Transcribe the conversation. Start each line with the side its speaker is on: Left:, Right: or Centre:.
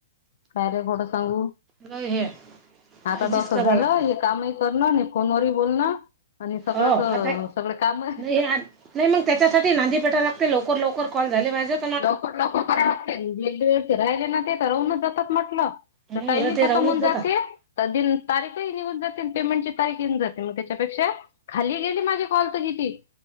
Left: काय ले खोट सांगू,
Right: लय हे काळजीच
Left: आता तर असं
Right: करायला
Left: झालं
Right: लागते
Left: हे, काम ही, करण आणि फोनवरही बोलणं, आणि सगळंच
Right: हो आता
Left: सगळं काम.
Right: नाही आ नाही मग त्याच्यासाठी नांदीपेठाव लागते लवकर, लवकर कॉल झाले पाहिजेत.
Left: लवकर, लवकर कराव लागते, एक वेळ ते राहिले ना ते तर राहूनच जातात म्हटलं.
Right: मग
Left: तर टाईम ही
Right: ते
Left: खतम
Right: राहूनच
Left: होऊन
Right: जातात
Left: जाते. तर दिन तारीख ये निऊन जाते, पेमेंटची तारीख येऊन जाते, मग त्यांच्यापेक्षा खाली गेली माझी कॉल तर किती.